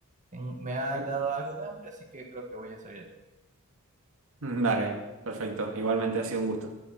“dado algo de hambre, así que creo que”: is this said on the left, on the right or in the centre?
Right